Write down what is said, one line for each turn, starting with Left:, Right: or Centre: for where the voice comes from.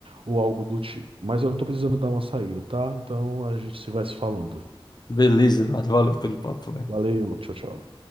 Right: ou algo do tipo. Mas eu estou precisando dar uma saída, tá? Então a gente se vai se falando.
Left: Beleza, Eduardo, valeu pelo papo, velho.
Right: Valeu, tchau, tchau.